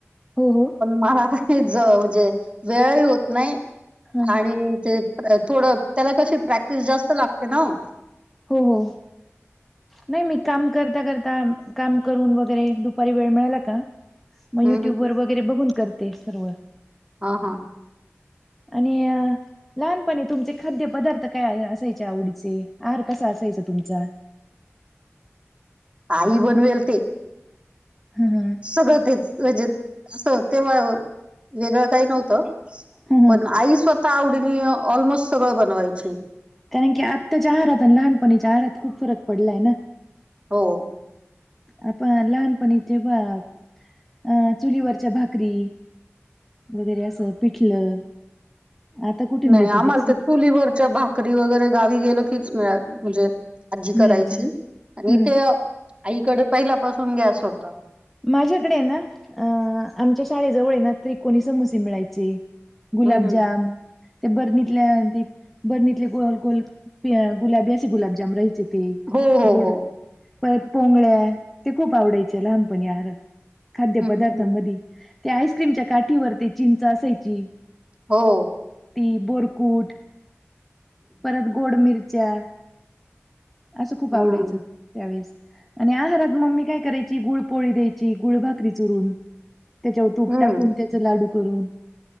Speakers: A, in the centre; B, on the right.
A: हो हो.
B: मला काही म्हणजे वेळही होत नाही,
A: हा
B: आणि ते थोडं त्याला कशी प्रॅक्टिस जास्त लागते ना हो?
A: हो हो. नाही मी काम करता करता, काम करून वगैरे दुपारी वेळ मिळाला का मग
B: हम्म
A: युट्यूब
B: हम्म
A: वर वगैरे बघून करते सर्व.
B: हां हां.
A: आणि अ लहानपणी तुमचे खाद्य पदार्थ काय असायचे आवडीचे? आहार कसा असायचा तुमचा?
B: आई बनवेल ते.
A: हम हम.
B: सगळ तेचं, <unintelligible> काही नव्हत,
A: ह ह
B: पण आई स्वतः आवडीने ऑलमोस्ट सगळं बनवायची.
A: कारण की, आत्ताच्या आहारात आणि लहानपणीच्या आहारात खूप फरक पडलाय ना.
B: हो.
A: आपण लहानपणी तेव्हा अ, चुलीवरच्या भाकरी वगैरे असं, पिठलं आता कुठे
B: नाही,
A: मिळतं
B: आम्हाला
A: ते
B: त्या चुलीवरच्या भाकरी री वगैरे गावी गेलो की, म्हणजे आजी करायची.
A: मिळायच्या
B: आणि
A: ह
B: ते आईकडे पहिल्यापासून गॅस होता.
A: माझ्याकडे ना, अ आमच्या शाळेजवळ ना, त्रिकोणी समोसे मिळायचे. गुलाबजाम
B: हम्म हम्म.
A: ते बर्णीतल्या त बर्णीतले गोल गोल गुलाबी असे गुलाबजाम राहायचे. ते
B: हो हो
A: गोड,
B: हो.
A: परत पोंगळ्या ते खूप आवडायचे लहानपणी. पण यार खाद्य
B: हं
A: पदार्थांमध्ये,
B: हं हं.
A: त्या आईस्क्रीमच्या काठीवर ते चिंच असायची.
B: हो.
A: ती बोरकुट, परत गोड मिरच्या. असं खूप
B: हम्म.
A: आवडायचं त्यावेेळेस, आणि आहारात मम्मी काय करायची गुळ पोळी द्यायची गुळभकरी चुरून, त्याच्यावर तूप
B: हम्म.
A: टाकून त्याच लाडू करून.